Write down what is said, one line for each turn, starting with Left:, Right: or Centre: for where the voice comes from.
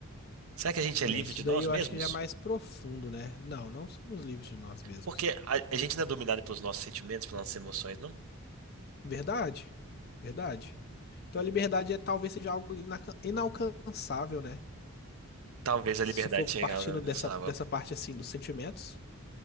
Right: Será que a gente é livre
Left: É, isso
Right: de
Left: daí
Right: nós
Left: eu
Right: mesmos?
Left: acho que já é mais profundo, né? Não, não somos livres de nós mesmos.
Right: Porque a, a gente não é dominado pelos nossos sentimentos, pelas nossas emoções, não?
Left: Verdade? Verdade. Então a liberdade é, talvez seja algo inaca- inalcançável, né?
Right: Talvez
Left: Se
Right: a liberdade
Left: for partindo
Right: chegue ah, não nossa
Left: dessa,
Right: alma.
Left: dessa parte assim dos sentimentos.